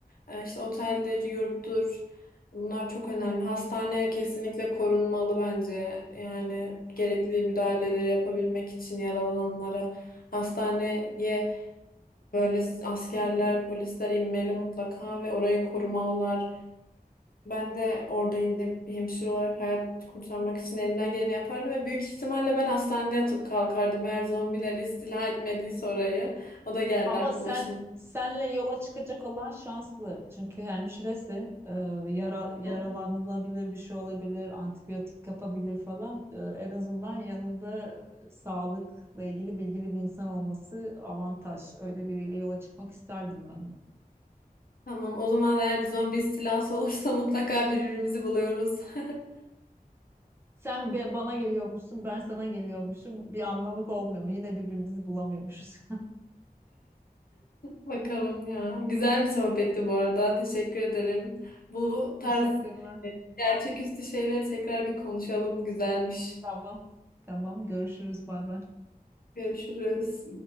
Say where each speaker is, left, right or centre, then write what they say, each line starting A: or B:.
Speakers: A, on the left (about 70°); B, on the right (about 15°).
A: Ee, işte oteldir, yurttur bunlar çok önemli. Hastane kesinlikle korunmalı bence. Yani gerekli müdahaleleri yapabilmek için yaralananlara. Hastaneye böyle askerler, polisler inmeli mutlaka ve orayı korumalılar. Ben de orada yine bir hemşire olarak hayat kurtarmak için elimden geleni yapardım ve büyük ihtimalle ben hastanede yatıp kalkardım eğer zombiler istila etmediyse orayı. O da geldi
B: Ama
A: aklıma
B: sen
A: şimdi.
B: senle yola çıkacak olan şanslı. Çünkü hemşiresin. Ee, yara, yaralanılabilir
A: Hı.
B: bir şey olabilir, antibiyotik kapabilir falan. Ee, en azından yanında e, sağlıkla ilgili bilgili bir insan olması avantaj. Öyle biriyle yola çıkmak isterdim ben de.
A: Tamam, o zaman eğer bir zombi istilası olursa <laughs> mutlaka birbirimizi buluyoruz. <laughs>
B: Sen be- bana geliyormuşsun, ben sana geliyormuşum. Bir anlamı olmuyor mu? Yine birbirimizi bulamıyormuşuz.
A: Bakalım ya. Güzel bir sohbetti bu arada. Teşekkür ederim. Bu tarz
B: <laughs> Teşekkürler.
A: e, gerçeküstü şeyleri tekrar bir konuşalım. Güzelmiş.
B: Tamam. Tamam, görüşürüz. Bay bay.
A: Görüşürüz.